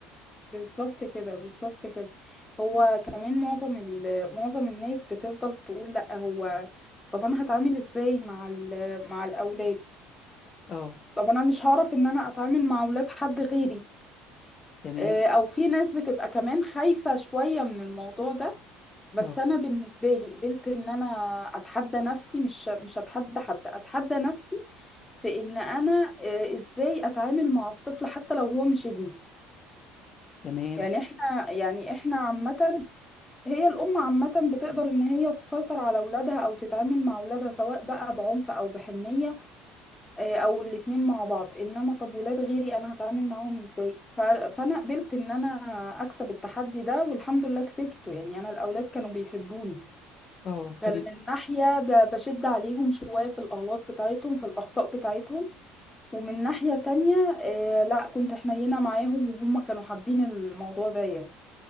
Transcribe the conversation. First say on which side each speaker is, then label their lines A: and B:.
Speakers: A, on the left; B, on the left.
A: بالظبط كده بالظبط كده هو كمان معظم ال... معظم الناس بتفضل تقول لا هو طب انا هتعامل ازاي مع ال... مع الاولاد
B: اه
A: طب انا مش هعرف ان انا اتعامل مع اولاد حد غيري
B: تمام
A: آه، او في ناس بتبقى كمان خايفة شوية من الموضوع ده بس
B: اه
A: انا بالنسبة لي قبلت ان انا اتحدى نفسي مش مش اتحدى حد اتحدى نفسي في ان انا آه، ازاي اتعامل مع الطفل حتى لو هو مش ابني
B: تمام
A: يعني احنا يعني احنا عامة هي الأم عامة بتقدر إن هي تسيطر على أولادها أو تتعامل مع أولادها سواء بقى بعنف أو بحنية آه، او الاتنين مع بعض انما طب ولاد غيري انا هتعامل معاهم ازاي ف- فانا قبلت ان انا اكسب التحدي ده والحمد لله كسبته يعني انا الاولاد كانوا بيحبوني
B: اه
A: كان
B: تمام
A: من ناحية ب- بشد عليهم شوية في الأغلاط بتاعتهم في الأخطاء بتاعتهم ومن ناحية تانية آه لا كنت حنينة معاهم وهم كانوا حابين الموضوع ده يعني